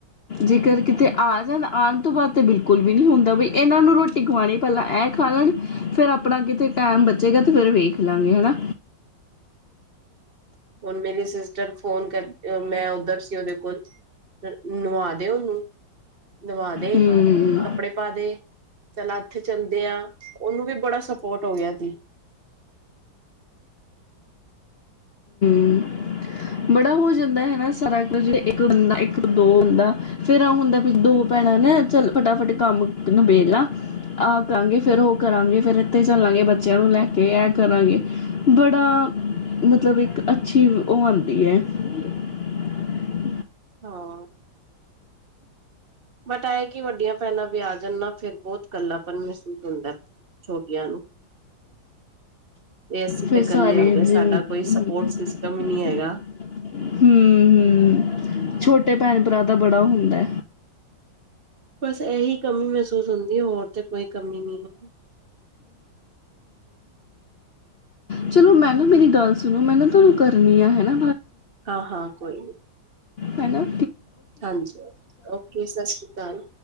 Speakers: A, on the left; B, on the right.
A: ਜੇਕਰ ਕਿਤੇ ਆ ਜਾਣ ਆਉਣ ਤੋਂ ਬਾਅਦ ਤਾਂ ਬਿਲਕੁਲ ਵੀ ਨਹੀਂ ਹੁੰਦਾ ਬਈ ਇਹਨਾਂ ਨੂੰ ਰੋਟੀ ਖਵਾਉਣੀ ਪਹਿਲਾਂ ਇਹ ਖਾ ਲੈਣ ਫਿਰ ਆਪਣਾ ਕਿਤੇ ਟੈਮ ਬਚੇਗਾ ਤੇ ਫਿਰ ਵੇਖ ਲਾਂਗੇ ਹਨਾ
B: ਹੁਣ ਮੇਰੀ ਸਿਸਟਰ ਫੋਨ ਕਰ ਮੈਂ ਓਧਰ ਸੀ ਉਹਦੇ ਕੋਲ ਨਵਾ ਦੇ ਨੂੰ ਨਵਾ ਦੇ
A: ਹਮ
B: ਕੱਪੜੇ ਪਾ ਦੇ ਚਲ ਇੱਥੇ ਚੱਲਦੇ ਆ ਉਨੂੰ ਵੀ ਬੜਾ ਸਪੋਰਟ ਹੋ ਗਿਆ ਸੀ
A: ਹਮ ਬੜਾ ਹੋ ਜਾਂਦਾ ਹਨਾ ਸਾਰਾ ਜਿਹ ਇੱਕ ਬੰਦਾ ਇੱਕ ਦੋ ਹੁੰਦਾ ਫੇਰ ਆ ਹੁੰਦਾ ਦੋ ਭੈਣਾਂ ਨਾ ਚ ਫਟਾਫਟ ਕੰਮ ਨਿਬੇੜਲਾ ਆ ਕਰਾਂਗੇ ਫੇਰ ਉਹ ਕਰਾਂਗੇ ਫਿਰ ਇੱਥੇ ਚੱਲਾਂਗੇ ਬੱਚਿਆਂ ਨੂੰ ਲੈ ਕੇ ਇਹ ਕਰਾਂਗੇ ਬੜਾ ਮਤਲਬ ਇੱਕ ਅੱਛੀ ਉਹ ਆਉਂ <unintelligible>
B: ਹਾਂ ਬਟ ਐਏ ਕਿ ਵੱਡੀਆਂ ਭੈਣਾਂ ਵੀ ਆ ਜਾਂਣ ਨਾ ਫਿਰ ਬਹੁਤ ਕੱਲਾਪਨ ਮਹਿਸੂਸ ਹੁੰਦਾ ਛੋਟੀਆਂ ਨੂੰ ਵੀ ਅਸੀਂ
A: ਫਿਰ
B: ਤੇ ਇਕੱਲੇ
A: ਸਾਰੀ
B: ਹੋ ਗਏ
A: <unintelligible>
B: ਸਾਡਾ ਕੋਈ ਸਪੋਰਟ ਸਿਸਟਮ ਹੀ ਨਹੀਂ ਹੈਗਾ।
A: ਛੋਟੇ ਭੈਣ ਭਰਾ ਦਾ ਬੜਾ ਹੁੰਦਾ
B: ਬਸ ਇਹੀ ਕਮੀ ਮਹਿਸੂਸ ਹੁੰਦੀ ਹੋਰ ਤੇ ਕੋਈ ਕਮੀ ਨਹੀਂ ਹੈ
A: ਚਲੋ ਮੈਂ ਨਾ ਮੇਰੀ ਗੱਲ ਸੁਣੋ ਮੈਂ ਨਾ ਤੁਹਾਨੂੰ ਕਰਨੀ ਆ ਹਨਾ
B: ਹਾਂ ਹਾਂ ਕੋਈ ਨੀ
A: ਹਨਾ
B: ਹਾਂਜੀ ਓਕੇ ਸਤਿ ਸ੍ਰੀ ਅਕਾਲ